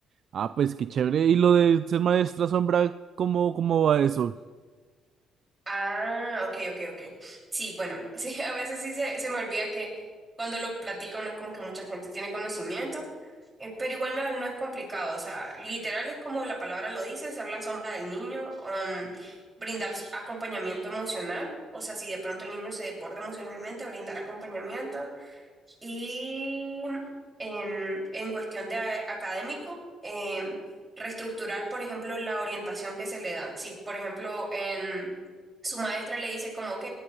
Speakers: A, on the right (about 50°); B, on the right (about 20°).
A: Ah, pues qué chévere. ¿Y lo de ser maestra sombra, cómo, cómo va eso?
B: Ah, ok, ok, ok. Sí, bueno, <laughs> sí, a veces sí se, se me olvida que cuando lo platico no es como que mucha gente tiene conocimiento, eh, pero igual no, no es complicado, o sea, literal es como la palabra lo dice, ser la sombra del niño, um, brindar s- acompañamiento emocional, o sea, si de pronto el niño se desborda emocionalmente, brindar acompañamiento Y en, en cuestión de a- académico, em, reestructurar, por ejemplo, la orientación que se le da. Si, por ejemplo, en, su maestra le dice como, ok,